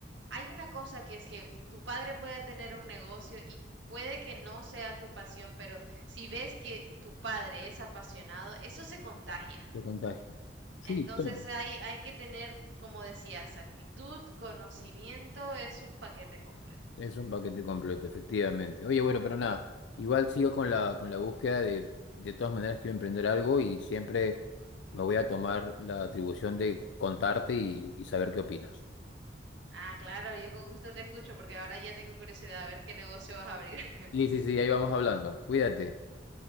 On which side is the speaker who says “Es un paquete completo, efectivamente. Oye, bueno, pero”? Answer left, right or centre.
Left